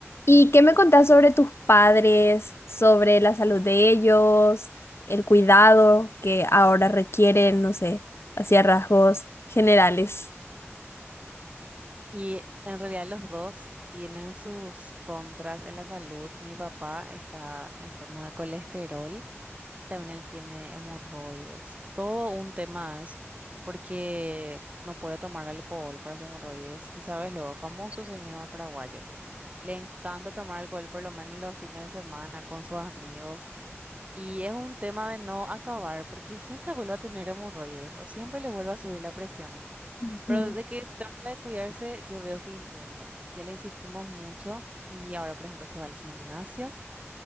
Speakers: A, on the left; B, on the right.
A: ¿Y qué me contás sobre tus padres, sobre la salud de ellos, el cuidado que ahora requieren, no sé, hacia rasgos generales?
B: Y en realidad los dos tienen sus contras en la salud. Mi papá está enfermo de colesterol, también él tiene hemorroides. Todo un tema es porque no puede tomar alcohol para su hemorroides. Y sabes lo, famoso señor paraguayo. Le encanta tomar alcohol por lo menos los fines de semana con sus amigos. Y es un tema de no acabar porque siempre vuelve a tener hemorroides o siempre le vuelve a subir la presión.
A: Ujú.
B: Pero de que trata de cuidarse, yo veo que intenta. Ya le insistimos mucho y ahora, por ejemplo, se va al gimnasio,